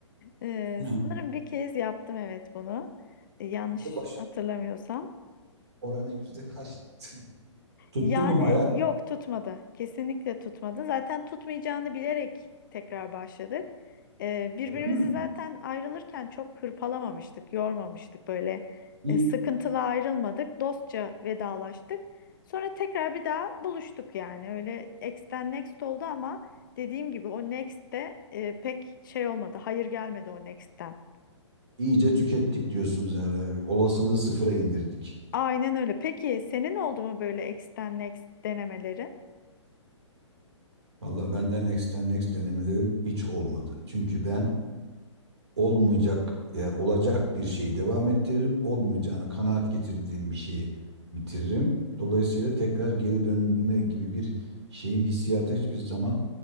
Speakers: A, on the left; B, on the right.
A: Ee,
B: Hı. Ne
A: sanırım bir kez yaptım evet bunu. Ee, yanlış
B: oldu? Başarı
A: hatırlamıyorsam.
B: oranı yüzde kaç? <laughs> Tuttu
A: Yani
B: mu Maya?
A: yok tutmadı. Kesinlikle tutmadı. Zaten tutmayacağını bilerek tekrar başladık. Ee, birbirimizi
B: Öyle mi?
A: zaten ayrılırken çok hırpalamamıştık, yormamıştık. Böyle
B: İyi,
A: e, sıkıntılı ayrılmadık. Dostça vedalaştık. Sonra tekrar bir daha buluştuk yani. Öyle X'ten next oldu ama dediğim gibi o next de e, pek şey olmadı. Hayır gelmedi o next'ten.
B: iyice tükettik diyorsunuz yani. Olasılığı sıfıra indirdik.
A: Aynen öyle. Peki senin oldu mu böyle X'ten Next denemelerin?
B: Vallahi benden extra next denemelerim hiç olmadı. Çünkü ben olmayacak e, olacak bir şeyi devam ettiririm. Olmayacağına kanaat getirdiğim bir şeyi bitiririm. Dolayısıyla tekrar geri dönme gibi bir şeyim hissiyata hiçbir zaman